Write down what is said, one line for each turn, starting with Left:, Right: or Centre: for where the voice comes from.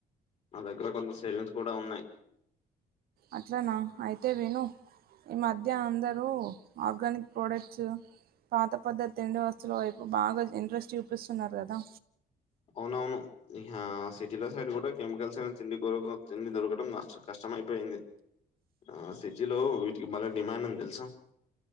Left: నా దగ్గర కొంత సేవింగ్స్ కూడా ఉన్నాయి
Right: అట్లనా అయితే విను ఈ మధ్య అందరూ ఆర్గానిక్ ప్రోడక్ట్స్ పాత పద్ధతి తిండి వస్తువుల వైపు బాగా ఇంట్రెస్ట్ చూపిస్తున్నారు కదా
Left: అవునవును నిహ సిటీలో సైడ్ కూడా కెమికల్స్ అ తిండి బో బో తిండి దొరకడం మస్తు కష్టం మయిపోయింది ఆ సిటీలో వీటికి బాలే డిమాండ్ ఉంది తెలుసా